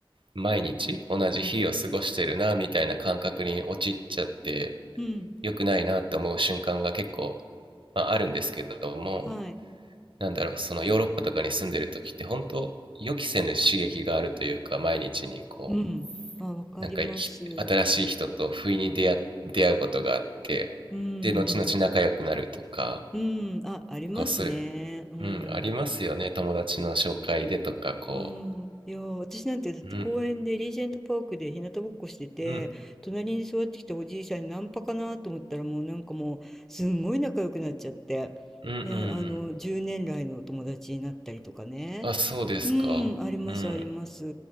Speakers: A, on the right; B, in the centre.
A: う毎日同じ日を過ごしてるなみたいな感覚に陥っちゃって
B: うん、うん、
A: 良くないなって思う瞬間が結構、まあ、あるんですけども
B: はい。
A: なんだろうそのヨーロッパとかに住んでる時って本当予期せぬ刺激があるというか毎日にこ
B: うん。あ、わかります。
A: うなんか新しい人と不意に出会出会うことがあってで後々仲良くなるとか
B: うん。うん。あ、ありますね。
A: こうする
B: うん。
A: うん、ありますよね。友達の紹介でとか、こ
B: うん。いや、私なんてだって公園でリージェントパークで日向ぼっこしてて、
A: う。うん、うん、
B: 隣に座ってきたおじいさんにナンパかなと思ったらもうなんかもうすんごい仲良くなっちゃって、
A: うん、うんうんうんうん
B: ねあの、10年来のお友達になったりとかね。
A: あ、そうですか。
B: うん。あります、
A: うん。
B: あります。う